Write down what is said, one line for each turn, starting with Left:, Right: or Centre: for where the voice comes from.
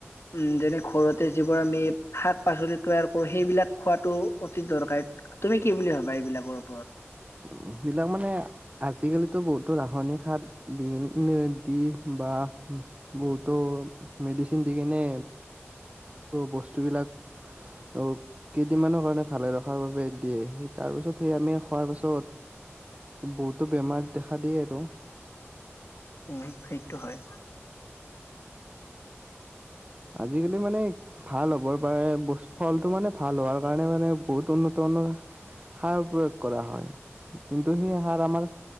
Left: উম যেনেক ঘৰতে যিবোৰ আমি শাক পাচলি তৈয়াৰ কৰো সেইবিলাক খোৱাাতো অতি দৰকাৰী তুমি কি বুলি ভাবা এইবিলাকৰ ওপৰত
Right: সেইবিলাক মানে আজিকালিতো বহুতো ৰাসায়নিক সাৰ দি দি বা বহুতো মেডিচিন দি কিনে বস্তু বিলাক অ কেইদিনমানৰ কাৰণে ভালে ৰখাৰ বাবে দিয়ে সেই তাৰ পিছত সেই আমি খোৱাৰ পাছত বহুতো বেমাৰ দেখা দিয় আৰু
Left: উম সেইটো হয়
Right: আজিকালি মানে ভাল হ'বৰ পাৰে ফলটো মানে ভাল হোৱাৰ কাৰণে মানে বহুত উন্নতত সাৰ প্ৰয়োগ কৰা হয় কিন্তু সেই আহাৰ আমাৰ